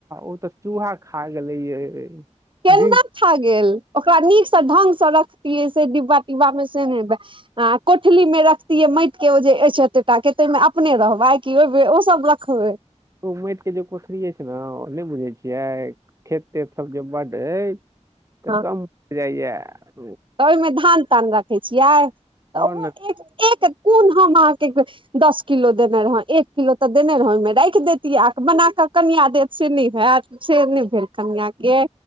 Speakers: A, on the right; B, on the right.
A: ओ तऽ चूहा खा गेलै यै
B: केना
A: जी <unintelligible>
B: खा गेल ओकरा नीकसँ ढंगसँ रखतियै से डिब्बा टिब्बामे से नहि आ कोठली मे रख माटि के जे एतेटा के तहिमे अपने रहबै कि ओ ओ सब रखबै
A: ओ माटिके जे कोठरी अछि ने ओ नहि बुझै छियै खेत तेत सभ जे बड्ड अय तऽ
B: हँ
A: कम <unintelligible> हो जाइए
B: तऽ ओहिमे धान तान रखै छियै
A: आओर
B: तऽ ओहो
A: ने
B: एक कोन हम अहाँके दस किलो देने रहौं एक किलो तऽ देने रहौं राखि देैतिय आत बनाक कनियाँ देत से नहि हेत सेे नै भेल कनियाँ के